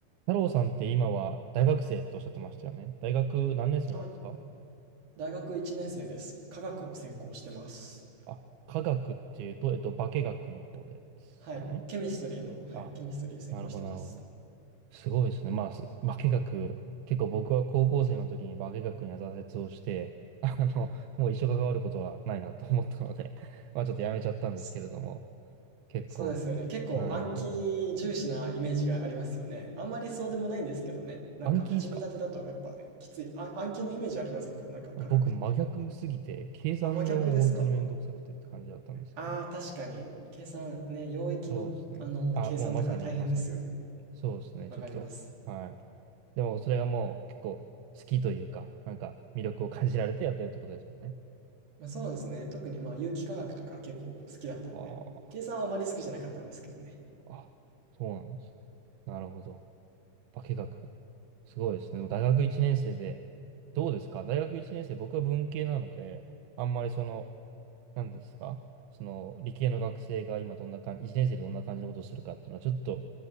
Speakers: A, on the right (about 80°); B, on the right (about 70°).
A: 太郎さんって今は大学生とおっしゃってましたよね。大学何年生なんですか
B: はい。大学1年生です。化学を専攻してます。
A: あ、科学っていうと、えっと、化学の方ですかね。
B: はい。ケミストリーの、はい、
A: あ、
B: ケミストリー専攻してます。
A: なるほど、なるほど。すごいですね。まあ、す化学、結構僕は高校生の時に化学には挫折をして、あの、もう一生関わることはないなと思ったので、<laughs> まあちょっとやめちゃったんですけれども、
B: そ、
A: 結構、
B: そうですよね。結構暗記重視なイメージがありますよね。
A: はい。
B: あんまりそうでもないんですけどね。なんか始めたてだとやっぱきつい。
A: 暗記ですか
B: あ、暗記のイメージありませんかなんか化学って。
A: 僕真逆すぎて、計算がもう本当にめんどくさくてって感じだったんですけども。
B: あ、真逆ですか。ああ、確かに。計算ね、溶液の、
A: そうですね。
B: あの、
A: あ、
B: 計算とか大変ですよね。
A: もうまさに、まさに。そうですね、
B: わかります。
A: ちょっと。はい。でも、それがもう結構好きというか、なんか魅力を感じられてやってるってことですもんね。
B: まあそうですね。特にまあ有機化学とか結構好きだったんで。
A: ああ、
B: 計算はあまり好きじゃなかったんですけどね。
A: あ、そうなんですね。なるほど。化学。すごいですね。でも大学1年生で、どうですか大学1年生、僕は文系なので、あんまりその、なんですかその、理系の学生が今どんな感じ、1年生でどんな感じのことをするかっていうのは、ちょっと